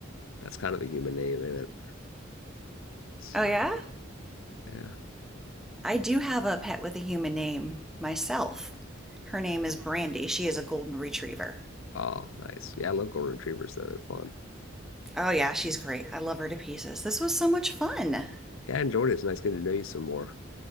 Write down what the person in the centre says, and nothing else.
oh yeah?
I do have a pet with a human name myself. Her name is Brandy. She is a golden retriever.
Oh yeah, she's great. I love her to pieces. This was so much fun.